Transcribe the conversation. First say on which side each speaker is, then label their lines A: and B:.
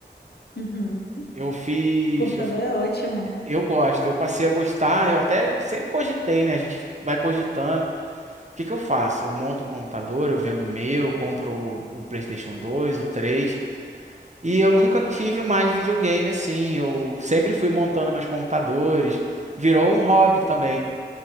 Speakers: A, on the left (about 65°); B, on the right (about 40°).
A: Uhum.
B: Eu fiz.
A: O computador
B: Eu,
A: é ótimo.
B: eu gosto, eu passei a gostar, eu até sempre cogitei, né? A gente vai cogitando. O que que eu faço? Eu monto um computador, eu vendo o meu, eu compro o, o PlayStation dois o três E eu nunca tive mais videogame assim. Eu sempre fui montando meus computadores. Virou um hobby também.